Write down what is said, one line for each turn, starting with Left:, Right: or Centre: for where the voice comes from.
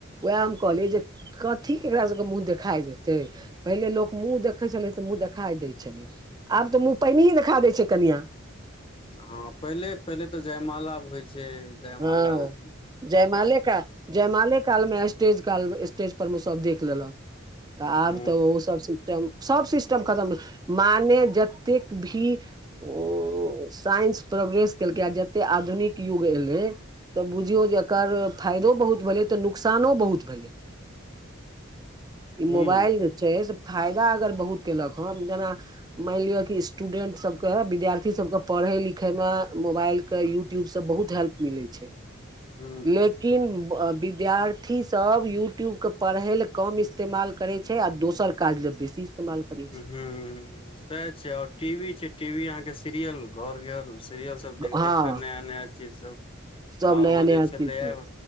Right: वैह हम कहलियै जे कथी के एकरा सबके मुँह देखाय देतै पहिले लोक मुँह देख देखै छलै तऽ मुँह देखाय दै छलै, आब तऽ मुँह पहनिहिये देखा दै छै कनिया।
Left: हां पहिले पहिले तऽ जयमाला आब होय छै जयमाला
Right: हँ
Left: ओ
Right: जयमाले का जयमाले कालमे स्टेज काल स्टेज पर मे सब देख लेलक तऽ आब
Left: हूँ
Right: तै ओ सब सि टम सब सिस्टम खत्म भेले माने जतेक भी ओ साइंस प्रोग्रेस केलकै यै आ जते आधुनिक युग एल <unintelligible> बुझियौ जे एकर फायदो बहुत भेलै तऽ नुकसानो बहुत भेलै ई
Left: हूँ
Right: मोबाइल जे छैय से फायदा अगर बहुत केलक हँ जेना मानि लिय कि स्टूडेंट सब के विद्यार्थी सब के पढ़य लिखय मे मोबाइल के यू ट्युब स बहुत हेल्प मिलै छैय
Left: हूँ
Right: लेकिन व विद्यार थी सब यूट्यूब के पढ़य लय कम इस्तेमाल करै छैय आ दोसर काज ले बेसी इ्स्तेमाल करी छी।
Left: हँ सैह छैय और टी वी छैय टी वी अहाँके सीरियल घर घर सीरियल सब देख देख
Right: हँ
Left: क नया नया चीज सब
Right: सब
Left: आरो
Right: नया नया
Left: जे छलैये।
Right: चीज सब